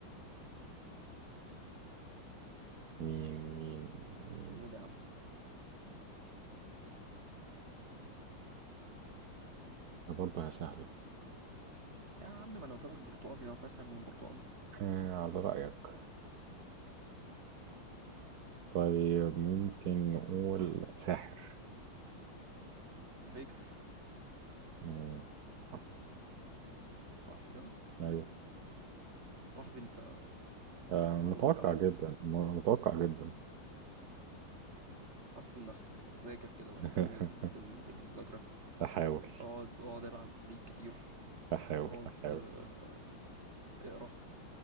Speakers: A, on the right; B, on the right.
A: مين مين مين
B: قول يا عم
A: آه، برضه هي سهلة
B: يا عم ما انا قلت لك برتقان يا اسهل من برتقان
A: آه على رأيك طيب ممكن نقول ساحر
B: فيجر
A: مم، صح.
B: صح كده
A: ايوه
B: صاحبي انت
A: آه
B: معلوماتك
A: متوقع
B: على قد
A: جدا م- متوقع جدا
B: حسن نفسك كده، ذاكر كده واهتم
A: <laughs>
B: بال... بال... بالمذاكرة
A: احاول
B: اقعد اقعد العب ليك كتير
A: هحاول
B: اقعد
A: هحاول
B: آه، اقرا